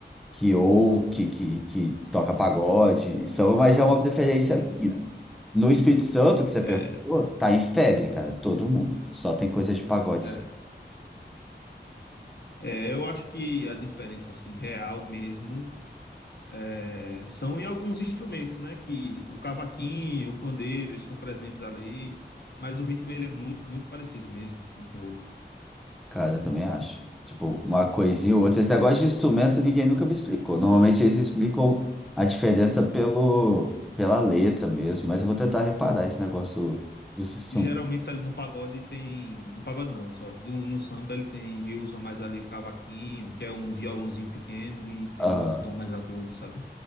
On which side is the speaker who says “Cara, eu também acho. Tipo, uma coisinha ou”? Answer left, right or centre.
Centre